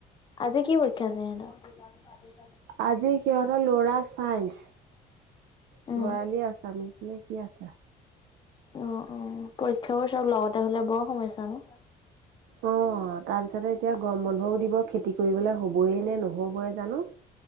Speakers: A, on the left; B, on the right.
A: আজি কি পৰীক্ষা আছে সিহঁতৰ?
B: আজি সিহঁতৰ ল'ৰা চাইঞ্চ, ছোৱালী
A: উম।
B: আছামিছ নে <unintelligible> আছা।
A: অ, ' অ' পৰীক্ষাবোৰ চব লগতে হলে বৰ সমস্যা ন?
B: অ', তাৰপিছতে এতিয়া গৰম বন্ধও দিব খেতি কৰিবলৈ হ'বইে নে নহ'বই জানোঁ।